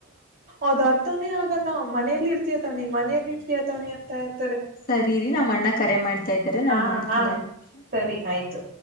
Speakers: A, on the right; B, on the left.
A: ಅದ್ ಅರ್ಥಾನೇ ಆಗಲ್ಲ ಮನೇೆಯಲ್ಲಿ ಇರ್ತಿಯ ತಾನೆ ಮನೆಯಲ್ಲಿ ಇರ್ತ ತಾನೆ ಅಂತ- ಇರ್ತಾರೆ.
B: ಸರಿ ಇರಿ ನಮ್ಮ ಅಣ್ಣ ಕರೆ ಮಾಡ್ತಾ ಇದ್ದಾರೆ ನಾನ್
A: ಹಾ
B: ಮಾಡ್ತೀನಿ
A: ಹಾ
B: ಎರಡ್ ನಿಮಿಷ.
A: ಸರಿ ಆಯ್ತು.